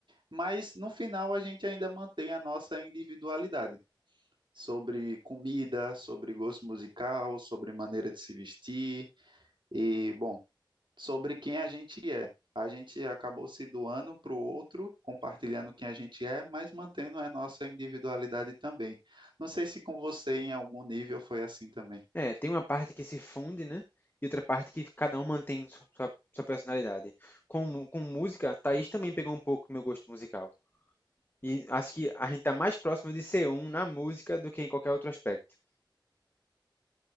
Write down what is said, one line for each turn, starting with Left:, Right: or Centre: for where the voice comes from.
Right: mas no final a gente ainda mantém a nossa individualidade. Sobre comida, sobre gosto musical, sobre maneira de se vestir. E, bom, sobre quem a gente é. A gente acabou se doando para o outro, compartilhando quem a gente é, mas mantendo a nossa individualidade também. Não sei se com você, em algum nível, foi assim também.
Left: É, tem uma parte que se funde, né? E outra parte que cada um mantém sua, sua, sua personalidade. Com, mu- com música, Thaís também pegou um pouco do meu gosto musical. E acho que a gente tá mais próximo de ser um na música do que em qualquer outro aspecto.